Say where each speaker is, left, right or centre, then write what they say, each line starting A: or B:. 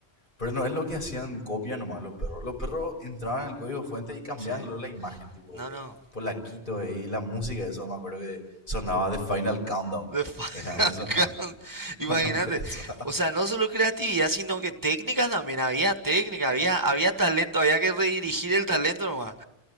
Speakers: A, on the left; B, on the right.
A: pero no es lo que hacían copia nomás los perros. Los perros entraban en el código fuente y cambiaban
B: Sí.
A: luego la imagen, tipo
B: No, no.
A: Polaquito eh, y la música, de eso me acuerdo que sonaba de Final Countdown.
B: The Final
A: Era que sonaba
B: <laughs> Count.
A: <laughs>
B: Imagínate.
A: cuando empezaba.
B: O sea, no solo creatividad, sino que técnicas también. Había técnica, había, había talento, había que redirigir el talento nomás.